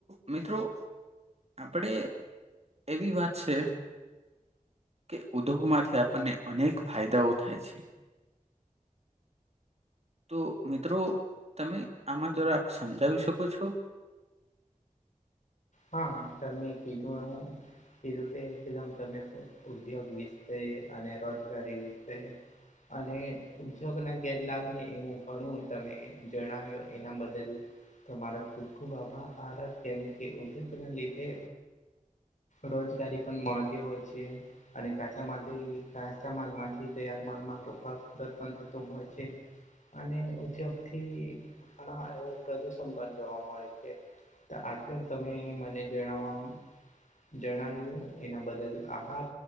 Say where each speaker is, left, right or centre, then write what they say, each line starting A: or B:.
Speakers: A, on the right; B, on the left.
A: મિત્રો. આપડે એવી વાત છે કે, ઉધોગમાંથી આપ આપણને અનેક ફાયદાઓ થાય છે. તો મિત્રો, તમે આમાં જરાક સમજાવી શકો છો.
B: હા, તમે કીધું એવું. કિધુ તે એકદમ તમે તો ઉદ્યોગ વિશે અને રોજગારી વિશે. અને ઉદ્યોગ ના ગેરલાભ ને એવું ઘણું તમે જણાવ્યું, એના બદલ. તમારા ખૂબ ખૂબ આભા. ર આ તેમ કે, ઉદ્યોગ લીધે. રોજગારી પણ મળતી હોય છે. અને કાચામાંથી, કાચા માલમાંથી તૈયાર માલમાં રૂપાંતર પણ થતું હોય છે. અને ઉદ્યોગથી ઘણા એવું પ્રદૂષણ પણ જોવા મળે છે. તો આઠ. આજે, હું તમે મને જણાવવા જણાવ્યો એના બદલ આભાર.